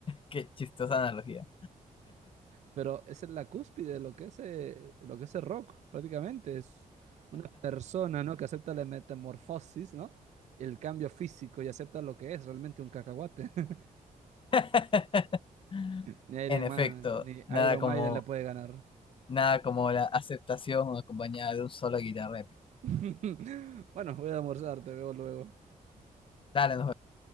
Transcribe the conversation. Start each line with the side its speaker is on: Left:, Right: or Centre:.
Left: qué chistosa analogía.
Right: Pero esa es la cúspide de lo que es, eh, lo que es el rock, prácticamente. Es una persona, ¿no? que acepta la metamorfosis, ¿no? El cambio físico y acepta lo que es realmente un cacahuate. <laughs>
Left: <laughs>
Right: Ni Iron
Left: En efecto,
Right: Man, ni
Left: nada
Right: Iron
Left: como
Right: Maiden le puede ganar.
Left: Nada como la aceptación acompañada de un solo de guitarra épico.
Right: <laughs> Bueno, voy a almorzar, te veo luego.
Left: Dale, nos vemos.